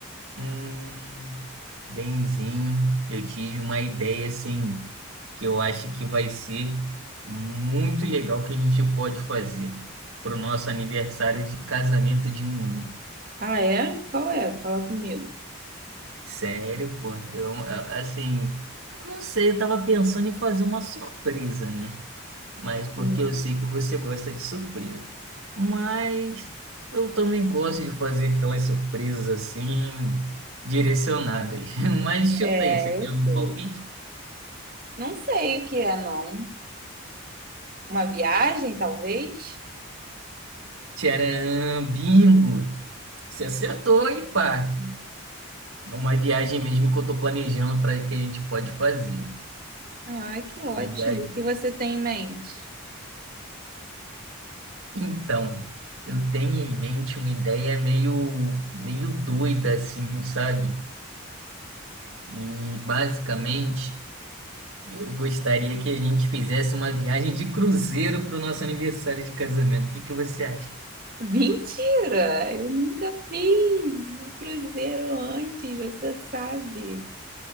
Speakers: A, on the right; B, on the right.
A: Hum, benzinho, eu tive uma ideia assim que eu acho que vai ser muito legal que a gente pode fazer pro nosso aniversário de casamento de um ano.
B: Ah, é? Qual é? Fala comigo.
A: Sério, pô, eu a- assim, eu não sei, eu tava pensando em fazer uma surpresa, né? mas porque
B: Hum,
A: eu sei que você gosta de surpresa. Mas eu também gosto de fazer aquelas surpresas assim, direcionadas. <laughs> Mas chuta
B: é,
A: aí, você tem
B: eu
A: algum
B: sei.
A: palpite?
B: Não sei o que é, não. Uma viagem, talvez?
A: Tcharam, bingo! Você acertou em parte. É uma viagem mesmo que eu tô planejando para que a gente pode fazer.
B: Ah, que ótimo.
A: E aí,
B: E O que você tem em mente?
A: então, eu tenho em mente uma ideia meio, meio doida assim, sabe? E basicamente Eu gostaria que a gente fizesse uma viagem de cruzeiro para o nosso aniversário de casamento. O que que você acha?
B: Mentira! Eu nunca fiz um cruzeiro antes, você sabe.